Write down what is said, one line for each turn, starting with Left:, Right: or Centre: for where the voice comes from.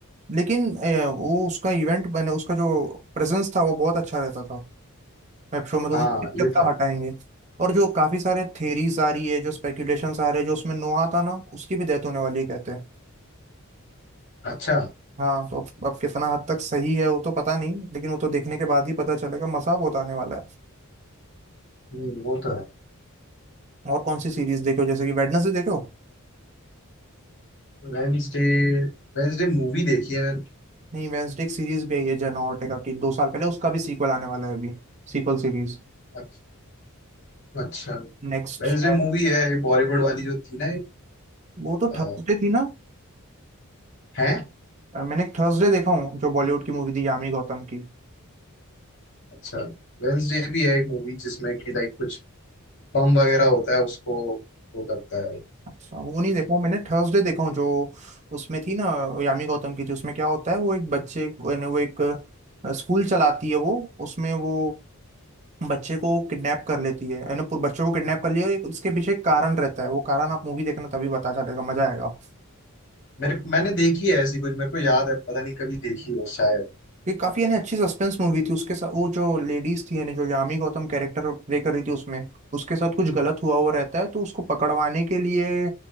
Right: लेकिन ए, वो उसका इवेंट बने उसका जो प्रेजेंस था वो बहुत अच्छा रहता था वेब शो में तो
Left: हाँ
Right: मुझे नहीं
Left: ये
Right: लगता
Left: तो है
Right: हटाएंगे और जो काफी सारे थेरीज आ रही है जो स्पेकुलेशंस आ रहे हैं जो उसमें नोहा था ना उसकी भी डेथ होने वाली है कहते हैं
Left: अच्छा
Right: हाँ तो अब अब कितना हद तक सही है वो तो पता नहीं लेकिन वो तो देखने के बाद ही पता चलेगा मसा बहुत आने वाला है
Left: हम्म, वो तो है
Right: और कौन सी सीरीज देखो जैसे कि वेडनेसडे देखो
Left: वेंसडे वेंसडे मूवी देखी है मैंने
Right: नहीं वेडनेसडे की सीरीज भी आई है जेना ओर्टेगा की दो साल पहले उसका भी सीक्वल आने वाला है अभी सीक्वल सीरीज
Left: अच्छा अच्छा
Right: नेक्स्ट
Left: वेंसडे
Right: शायद
Left: मूवी है ये बॉलीवुड वाली जो थी ना
Right: वो तो
Left: आ,
Right: थर्सडे थी ना
Left: है
Right: अ, मैंने थर्सडे देखा हूँ जो बॉलीवुड की मूवी थी यामी गौतम की
Left: अच्छा वेंसडे भी है एक मूवी जिसमें कि लाइक कुछ बम वगैरह होता है उसको वो करता है
Right: अच्छा वो नहीं देखा हूँ मैंने थर्सडे देखा हूँ जो उसमें थी ना यामी गौतम की थी उसमें क्या होता है वो एक बच्चे को- यानी वो एक अ, स्कूल चलाती है वो उसमें वो बच्चे को किडनैप कर लेती है यानी पूरे बच्चे को किडनैप कर लिया एक उसके पीछे एक कारण रहता है वो कारण आप मूवी देखना तभी पता चलेगा मजा आएगा
Left: मेरे मैंने देखी है ऐसी कुछ मेरे को याद है पता नहीं कभी देखी हो शायद
Right: ये काफी यानी अच्छी सस्पेंस मूवी थी उसके साथ वो जो लेडीज थी यानी जो यामी गौतम कैरेक्टर प्ले कर रही थी उसमें उसके साथ कुछ गलत हुआ हुआ रहता है तो उसको पकड़वाने के लिए